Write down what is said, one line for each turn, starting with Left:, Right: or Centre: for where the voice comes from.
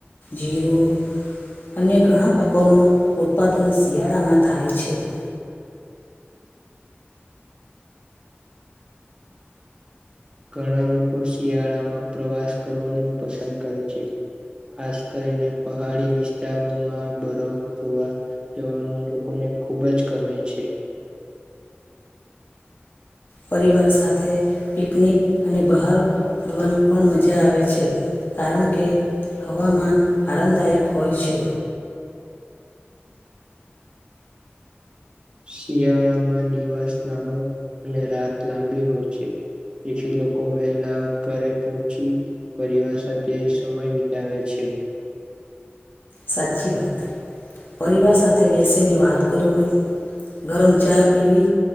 Left: જિરુ અન્ય ઘણા પાકોનું ઉત્પાદન શિયાળામાં થાય છે. <inaudible>
Right: ઘણા લોકો શિયાળામાં પ્રવાસ કરવાનું પસંદ કરે છે. ખાસ કરીને પહાડી વિસ્તારોમાં બરફ જોવા જવાનું લોકોને ખૂબ જ ગમે છે.
Left: પરિવાર સાથે પિકનિક અને બહાર ફરવાની પણ મજા આવે છે. કારણ કે હવામાન આરામદાયક હોય છે.
Right: શિયાળામાં દિવસ નાનો અને રાત લાંબી હોય છે. તેથી લોકો વહેલા ઘરે પહોંચી પરિવાર સાથે સમય વિતાવે છે. હે.
Left: સાચી વાત પરિવાર સાથે બેસીને વાત કરું હોય. ગરમ ચા પીવી